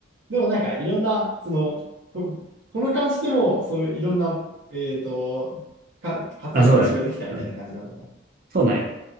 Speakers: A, on the right (about 75°); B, on the right (about 45°).
A: でもなんかいろんな、その、こ、この監視でもそういういろんな、えっと、か、活躍場所ができたみたいな感じなんだね。
B: あ、そうだね。うん。そうだね。